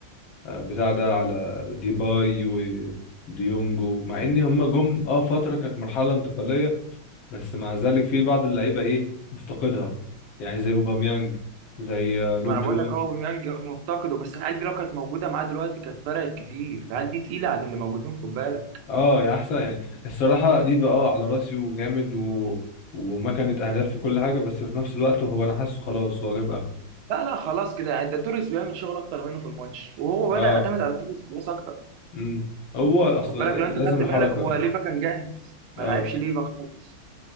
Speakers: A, on the left; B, on the right.
A: آه، بتاع ده على ديباي وديونج مع ان هم جم اه فترة كانت مرحلة انتقالية بس مع ذلك في بعض اللعيبة ايه مفتقدها يعني زي اوباميانج زي آه، لوك
B: ما انا
A: ديونج
B: بقول لك اهو بيميانج مفتقده بس العيال دي لو كانت موجوده معاه دلوقتي كانت فرقت كتير العيال دي تقيله عن اللي موجودين خد بالك
A: اه يعني احسن يعني الصراحة ليفا اه على راسي وجامد و... وما كانت اهداف وكل حاجة بس في نفس الوقت هو انا حاسه خلاص هو جاب اخره
B: لا لا خلاص كده يعني ده توريس بيعمل شغل اكتر منه في الماتش وهو بدا
A: اه
B: يعتمد على توريس خلاص اكتر
A: امم هو اصل
B: يعني خد بالك لو انت
A: لازم
B: خدت
A: الحركة
B: بالك هو ليفا كان جاهز
A: اه
B: ما لعبش ليفا خالص